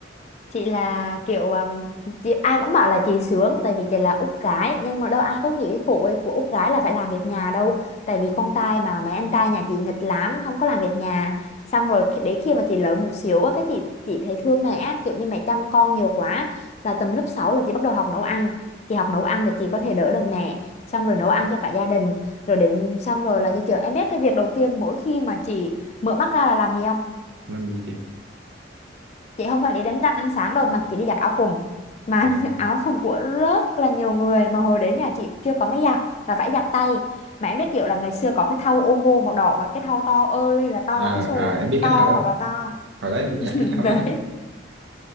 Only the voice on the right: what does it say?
làm gì chị
họ
à,
à em biết
cái thao đó
hồi đó em cũng giặt cái
thao
đó đó